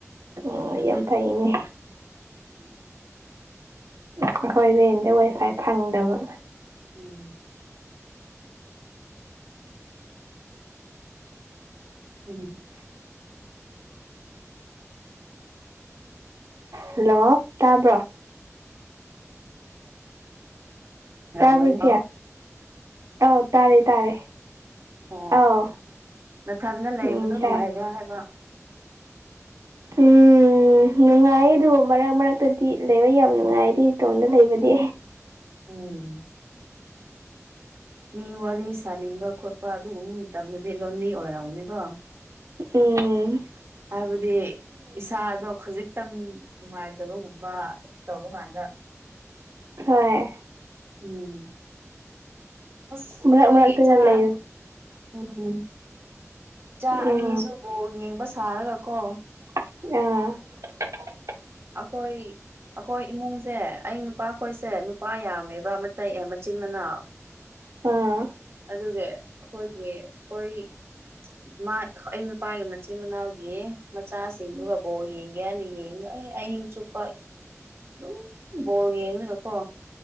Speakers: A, on the right; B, on the right.
A: ꯎ ꯌꯥꯝ ꯐꯩꯅꯦ
B: ꯎꯝ
A: ꯑꯩꯈꯣꯏ ꯔꯦꯟꯗ ꯋꯥꯏꯐꯥꯏ ꯐꯪꯗꯕ
B: ꯎꯝ ꯎꯝ
A: ꯍꯜꯂꯣ ꯇꯥꯕ꯭ꯔꯣ
B: ꯔꯃꯅꯤ
A: ꯇꯥꯕ꯭ꯔꯣ ꯏꯆꯦ ꯑꯧ ꯇꯥꯔꯦ ꯇꯥꯔꯦ
B: ꯑꯣ
A: ꯑꯧ
B: ꯅꯊꯟꯟꯅ ꯂꯩꯕꯗꯣ
A: ꯎꯝ ꯇꯥꯏ
B: ꯅꯨꯡꯉꯥꯏꯕ꯭ꯔꯥ ꯍꯥꯏꯕ
A: ꯎꯝ ꯎꯝ ꯅꯨꯡꯉꯥꯏꯌꯦ ꯑꯗꯨꯕꯨ ꯃꯔꯛ ꯃꯔꯛꯇꯗꯤ ꯂꯩꯕ ꯌꯥꯝ ꯅꯨꯡꯉꯥꯏꯗꯤ ꯏꯇꯣꯝꯗ ꯂꯩꯕꯗꯤ
B: ꯎꯝ ꯃꯤ ꯋꯥꯔꯤ ꯁꯥꯅꯤꯡꯕ ꯈꯣꯠꯄ ꯑꯗꯨꯒꯨꯝ ꯃꯇꯝꯗꯗꯤ ꯂꯣꯟꯂꯤ ꯑꯣꯏꯔꯝꯅꯤꯀꯣ
A: ꯑꯦ
B: ꯍꯥꯏꯕꯗꯤ ꯏꯁꯥꯗꯣ ꯈꯖꯤꯛꯇꯪ ꯅꯨꯉꯥꯏꯇꯕꯒꯨꯝꯕ ꯇꯧꯕ ꯃꯥꯟꯕ
A: ꯍꯣꯏ
B: ꯎꯝ ꯑꯁ
A: ꯃꯔꯛ
B: ꯍꯣꯏ
A: ꯃꯔꯛꯇꯅ
B: ꯏꯆꯥ
A: ꯂꯩ
B: <unintelligible> ꯎꯝ ꯆꯥ
A: ꯎꯝ
B: ꯑꯅꯤꯁꯨ ꯕꯣꯜ ꯌꯦꯡꯕ ꯁꯥꯔꯒ ꯀꯣ
A: <unintelligible>
B: ꯑꯈꯣꯏ ꯑꯈꯣꯏ ꯏꯃꯨꯡꯁꯦ ꯑꯩ ꯅꯨꯄꯥꯈꯣꯏꯁꯦ ꯅꯨꯄꯥ ꯌꯥꯝꯃꯦꯕꯥ ꯃꯇꯩ ꯑꯦ ꯃꯆꯤꯟ ꯃꯅꯥꯎ
A: ꯑ
B: ꯑꯗꯨꯒ ꯈꯣꯏꯒꯤ ꯍꯨꯏ <inaudible> ꯃꯥ <inaudible> ꯑꯩ ꯅꯨꯄꯥꯒꯤ ꯃꯆꯤꯟ ꯃꯅꯥꯎꯒꯤ ꯃꯆꯥꯁꯤꯡꯗꯨꯒ ꯕꯣꯜ ꯌꯦꯡꯒꯦ ꯍꯥꯏꯅ ꯌꯦꯡ ꯌꯑꯦ ꯑꯍꯤꯡ ꯆꯨꯞꯄ ꯗꯨꯝ ꯕꯣꯜ ꯌꯦꯡꯂꯒꯀꯣ